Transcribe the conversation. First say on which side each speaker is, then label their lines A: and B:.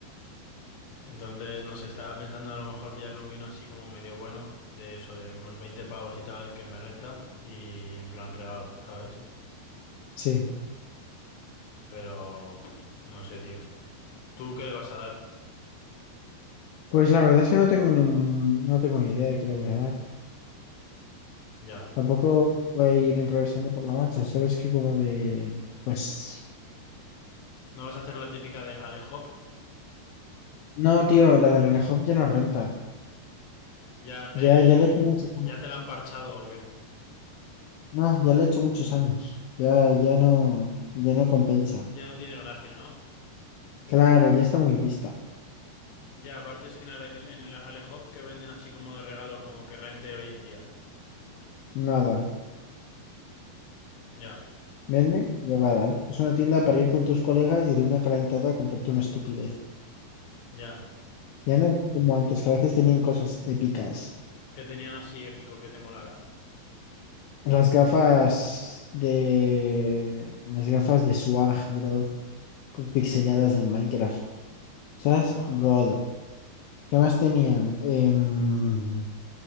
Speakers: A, on the left; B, on the left.
A: Entonces, no sé, estaba pensando en a lo mejor pillarle un vino así como medio bueno, de eso, de unos 20 pavos y tal, que me renta y en plan regalo, ¿sabes?
B: Sí.
A: Pero, pff, no sé, tío. ¿Tú qué le vas a dar?
B: Pues la verdad es que no tengo ni, no tengo ni idea de qué le voy a dar.
A: Ya.
B: Tampoco voy a ir improvisando por la marcha, solo es que como de... Pues...
A: ¿No vas a hacer la típica de Ale Hop?
B: No, tío, la de la ya no renta.
A: ¿Ya te,
B: Ya, ya le he hecho muchos
A: ya
B: años.
A: te la han parchado o qué?
B: No, ya le he hecho muchos años. Ya, ya no, ya no compensa.
A: Ya no tiene gracia, ¿no?
B: Claro, ya está muy vista.
A: Ya, aparte es que en el, en el Alehop que venden así como de regalo, como que rente hoy en día.
B: Nada.
A: Ya,
B: Venden huevadas. Es una tienda para ir con tus colegas y de una calentada a comprarte una estupidez.
A: ya.
B: Ya no es como antes, que a veces tenían cosas épicas.
A: Que tenían así épico, que te molara.
B: Las gafas de... Las gafas de Swag, bro. Con pixeladas del Minecraft. ¿Sabes?
A: Buah,
B: God. ¿Qué más tenían? Em,